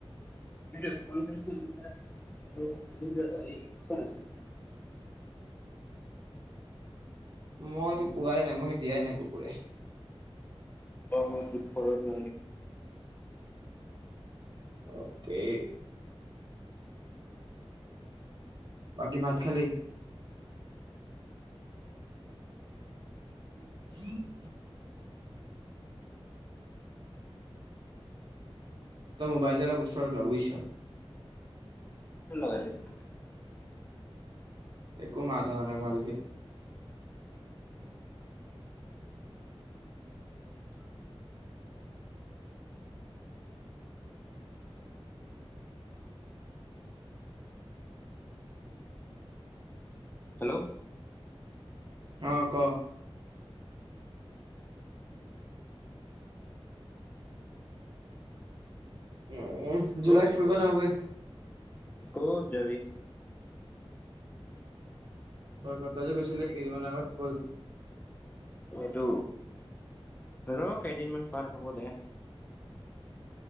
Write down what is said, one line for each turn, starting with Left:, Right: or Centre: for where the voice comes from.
Left: চ <inaudible>
Right: মইতো পোৱাই নাই, মই সেই দিয়াই নাই কুকুৰে।
Left: ক মই দুখ পত ন
Right: অকে। বাকী ভাত খালি? <inaudible> তই মোবাইল অলপ ওচৰত ল বুজিচ?
Left: কোন লগাই সেহতি
Right: একো মাত অহা নাই ভালকে
Left: হেল্ল'
Right: অ ক? এ জুলাইত
Left: অ
Right: ফুৰিব যাওঁ বই?
Left: ক'ত যাবি?
Right: ক ক তই যে কৈছিলি কেইদিনমান আগত বল।
Left: সেইটো, ৰ কেইদিনমান পাৰ হ'ব দে।